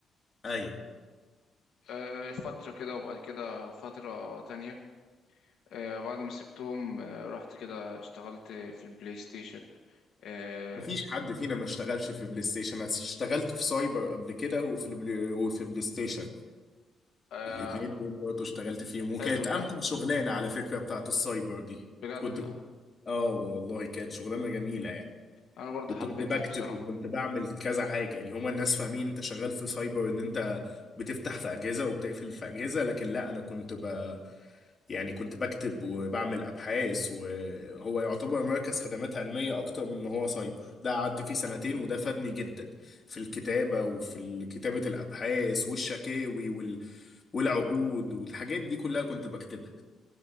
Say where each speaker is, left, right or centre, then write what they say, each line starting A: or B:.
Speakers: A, on the left; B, on the left.
A: اي
B: آه، فترة كده وبعد كده فترة تانية آه، بعد ما سبتهم آه، رحت كده اشتغلت في البلاي ستيشن آه،
A: مفيش حد فينا ما اشتغلش في بلاي ستيشن انا اشتغلت في سايبر قبل كده وفي البلاي وفي بلاي ستيشن
B: آه،
A: الاتنين دول برضه اشتغلت فيهم وكانت
B: حلو
A: امتع
B: ده
A: شغلانه على فكره بتاعت السايبر دي
B: بجد
A: كنت ب- اه والله كانت شغلانه جميله يعني
B: انا برضه
A: وكنت
B: حبيتها
A: بكتب
B: بصراحة
A: وكنت بعمل كذا حاجه يعني هما الناس فاهمين انت شغال في سايبر ان انت بتفتح في اجهزه وبتقفل في اجهزه لكن لا انا كنت ب يعني كنت بكتب وبعمل ابحاث وهو يعتبر مركز خدمات علميه اكتر من ان هو سايبر ده قعدت فيه سنتين وده فادني جدا في الكتابه وفي كتابه الابحاث والشكاوي والعقود والحاجات دي كلها كنت بكتبها